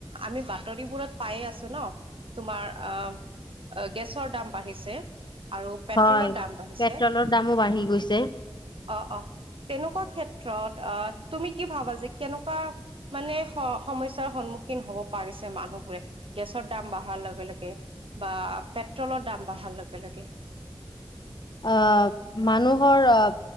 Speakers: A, on the right (about 80°); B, on the left (about 55°).
A: আমি বাতৰিবোৰত পায়ে আছো ন তোমাৰ আহ গেছৰ দাম বাঢ়িছে। আৰু পেট্ৰলৰ
B: হয়
A: দাম বাঢ়িছে
B: পেট্ৰলৰ দামো বাঢ়ি গৈছে।
A: অ', অ তেনেকুৱা ক্ষেত ক্ষেত্ৰত আহ তুমি কি ভাবা যে কেনেকুৱা মানে স সমস্যাৰ সন্মুখীন হব পাৰিছে মানুহবোৰে গেছৰ দাম বাঢ়াৰ লগে লগে বা পেট্ৰলৰ দাম বাঢ়াৰ লগে লগে।
B: আহ মানুহৰ আহ